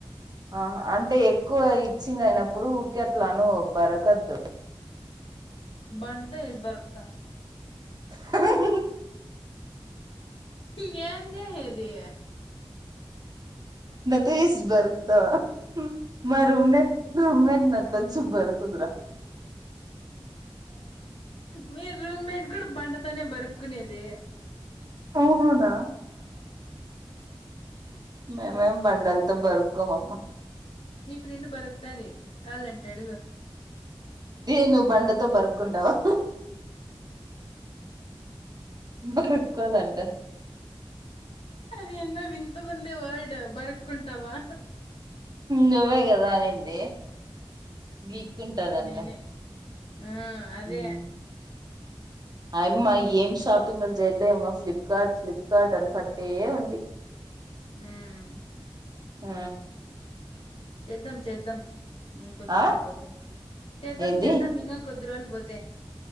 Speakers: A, on the right (about 45°); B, on the left (about 75°).
A: ఆ అంటే ఎక్కువ ఇచ్చింగ్ అయినప్పుడు ఊరికెట్లా అను బరకదు
B: బండ తో ఏసీ బర్కుత
A: అభ
B: యే ఏందే ఇది
A: తీస్ బతుకుతవ మా రూమ్ రూమజ కంచు బరుకుదరా
B: మీ రూమ్మేట్ కూడా బండతోనే బరుక్కునేది
A: అవున మేము ఏం బంండలతో బరుక్కోమమ్మ
B: మీ ఫ్రెండ్ బరకుతాది కాలంటే అడుగు
A: దే నువ్వు బండతో బరుక్కుంటావు బరుక్కోదంట
B: అది ఎందో వింత గుంది వర్డ్ బరక్కుంటవా
A: నువ్వే కదా అనింది గీక్కుంటాదంట
B: నేనే ఆ అదే
A: మ్మ్ అయమ్మా ఏం షాపింగ్లు జయలేమో ఫ్లిప్కార్ట్ ఫ్లిప్కార్ట్ అని పట్టేయే ఉంది
B: మ్మ్
A: ఆ
B: చేద్దాం చేద్దాం ఇంకొద్ది
A: ఆ
B: రోజులు పోతే చేద్దాం
A: ఏంది
B: చెద్దాం ఇంగ కోద్ ద్ది రోజులు పోతే